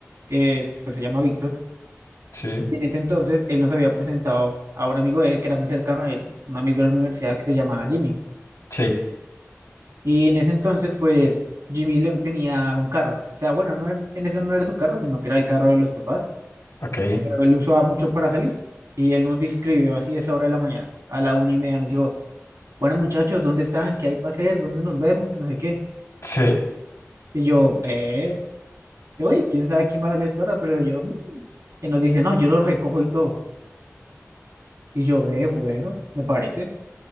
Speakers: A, on the right (about 85°); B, on the left (about 80°).
A: eh, pues se llama Víctor,
B: Sí,
A: y en ese entonces él nos había presentado a un amigo de él que era muy cercano a él, un amigo de la universidad que se llamaba Jimmy,
B: sí,
A: y en ese entonces pues Jimmy le tenía un carro, o sea, bueno, no era- en ese no era su carro, sino que era el carro de los papás
B: ok,
A: pero él usaba muchos para salir. Y él nos escribió así a esa hora de la mañana, a la una y media, nos dijo, bueno muchachos, ¿dónde están? ¿Qué hay para hacer? ¿Dónde nos vemos? Que no sé qué.
B: sí.
A: Y yo, eh, yo, oye, quién sabe quién va a salir a esta hora, pero yo, "Mm". Y nos dice, no, yo lo recojo y todo. Y yo, ve, bueno, me parece.